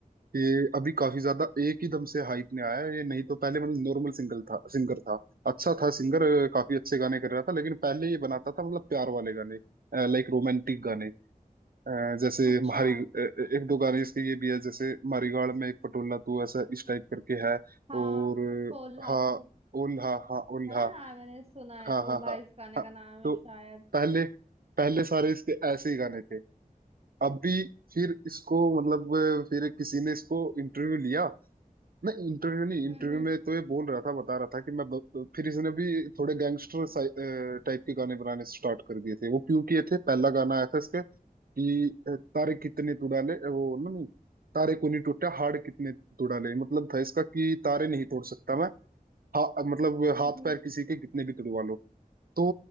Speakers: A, on the right; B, on the right.
A: ये अभी काफी ज्यादा एक ही दम से हाइप में आया है ये नहीं तो पहले मतलब नॉर्मल सिंगल था सिंगर था अच्छा था सिंगर काफी अच्छे गाने कर रहा था लेकिन पहले ये बनाता था मतलब प्यार वाले गाने लाइक रोमांटिक गाने अ, जैसे
B: अच्छा
A: म्हारी अ, एक दो गाने इसके ये भी है जैसे मारीगाड़ में एक पटोला तू ऐसा इस टाइप करके है
B: हाँ
A: और
B: ओल्हा
A: हाँ
B: तू
A: ओल्हा हाँ ओल्हा
B: है ना हाँ मैंने सुना है
A: हाँ
B: ओल्हा
A: हाँ हाँ
B: इस गाने
A: हाँ
B: का नाम
A: तो
B: है शायद
A: पहले पहले सारे इसके ऐसे ही गाने थे अभी फिर इसको मतलब फिर किसी ने इसको इंटरव्यू लिया नहीं इंटरव्यू नहीं
B: हम्म
A: इंटरव्यू
B: हम्म
A: में तो ये बोल रहा था बता रहा था कि मैं ब- फिर इसने भी थोड़े गैंगस्टर टाइप के गाने बनाने स्टार्ट कर दिए थे वो क्यों किए थे पहला गाना आया था इसका कि अ, तारे कितने तुड़ाले वो ना नहीं तारे को नहीं टूटा हाड़ कितने तुड़ाले मतलब था इसका कि तारे नहीं तोड़ सकता मैं हा, मतलब
B: हम्म
A: हाथ
B: हम्म,
A: पैर किसी के कितने भी तुड़वा लो तो